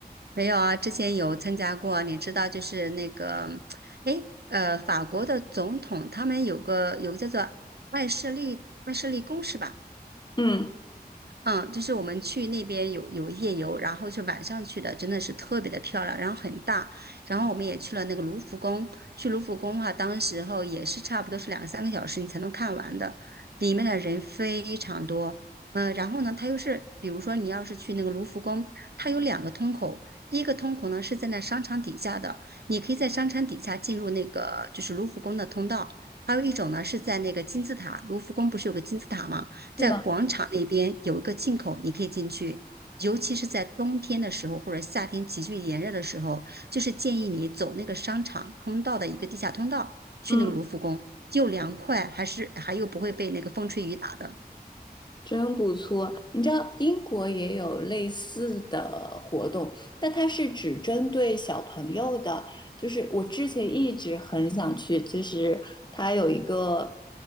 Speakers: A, on the right (about 75°); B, on the left (about 25°).
A: 没有啊，之前有参加过，你知道就是那个，哎，呃，法国的总统他们有个有个叫做爱舍利爱舍利宫是吧？
B: 嗯，
A: 嗯，就是我们去那边有有夜游，然后是晚上去的，真的是特别的漂亮，然后很大。然后我们也去了那个卢浮宫，去卢浮宫的话，当时候也是差不多是两三个小时你才能看完的，里面的人非常多。嗯、然后呢，它又是比如说你要是去那个卢浮宫，它有两个通口，第一个通口呢是在那商场底下的，你可以在商场底下进入那个就是卢浮宫的通道，还有一种呢是在那个金字塔，卢浮宫不是有个金字塔吗？在广场那边有一个进口，
B: 是呢。
A: 你可以进去。尤其是在冬天的时候，或者夏天急剧炎热的时候，就是建议你走那个商场通道的一个地下通道，去那个卢浮宫，
B: 嗯。
A: 又凉快，还是还又不会被那个风吹雨打的。
B: 真不错，你知道英国也有类似的活动，但它是只针对小朋友的。就是我之前一直很想去，就是它有一个，